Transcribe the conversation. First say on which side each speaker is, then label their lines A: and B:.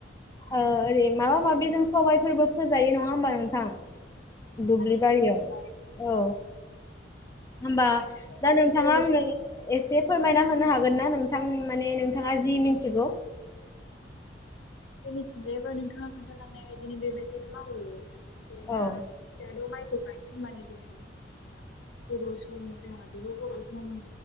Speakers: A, on the left; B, on the left.
A: ओरै माबा माबि जों सबायाइफोरबो फोजायो नङा होमबा नोंथां? दुब्लिबारियाव
B: आलि आलियावहाय
A: औ। होमबा
B: माइ गायनायजों
A: दा नोंथाङा
B: लोगोसे
A: आंनो एसे फोरमायना होनो हागोन ना नोंथां माने नोंथाङा जि मिथिगौ
B: जोंनिथिंजायबो नोंथाङा खोन्थालांनाय बायदिनो बेबायदिनो मावो <unintelligible>
A: औ
B: गोबाव सम जोंहा बेखौ गोबाव सम